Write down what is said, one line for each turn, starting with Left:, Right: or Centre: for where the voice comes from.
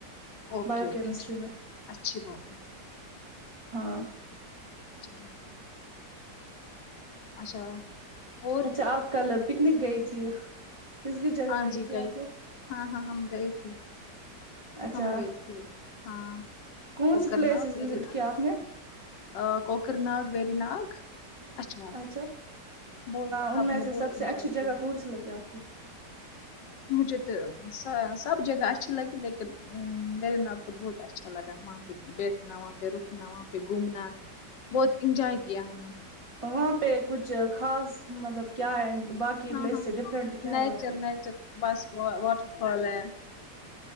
Left: اوکے
Right: بایو
Left: اوکے
Right: کیمسٹری
Left: ٹھیک
Right: میں
Left: ہے اچھی بات ہے
Right: ہاں
Left: چلیے اچھا اور
Right: اچھا آپ کل پکنک گئی تھی کس کس جگہ
Left: ہاں
Right: گئی
Left: جی
Right: تھی
Left: گئے
Right: آپ لوگ
Left: تھ ہاں ہاں ہم گئے تھے
Right: اچھا
Left: ہم گئے تھے ہاں
Right: کون
Left: ہووکر
Right: سی پلیسز
Left: نا بری
Right: وزٹ
Left: نا
Right: کیا آپ نے
Left: آ کوکر ناگ وری ناگ اچھوال
Right: اچھا
Left: بہت
Right: ان
Left: ہم
Right: میں
Left: نے
Right: سے
Left: بہت
Right: سب
Left: انجوائے
Right: سے اچھی جگہ
Left: کیا
Right: کون سی لگی آپ کو
Left: مجھے تو سب جگہ اچھی لگی لیکن میرے ناگ تو بہت اچھا لگا وہ بیٹھنا وہاں پہ رکنا وہاں پہ گھومنا بہت انجوائے کیا ہم نے
Right: وہاں پہ کچھ خاص مطلب کیا ہے باقی
Left: ہاں
Right: پلیس
Left: ہاں
Right: ڈفرنٹ کیا
Left: نیچر
Right: ہے وہاں پہ
Left: نیچر بس وا واٹر فال ہے